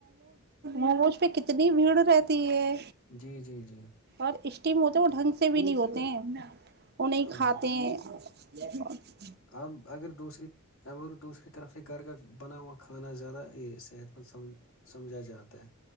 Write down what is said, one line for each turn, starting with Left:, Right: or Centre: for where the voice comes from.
Right: وہ اس پہ کتنی بھیڑ رہتی ہے
Left: جی جی جی
Right: اور اس ہوتے ہیں وہ ڈھنگ سے بھی نہیں ہوتے ہیں ان نہیں
Left: ہاں
Right: کھاتاتے جی
Left: اب اگر دوسری ا دوسری طرف سے گھر کا بنا ہوا کھانا زیادہ یہ صحت مند سمجھ سمجھا جاتا ہے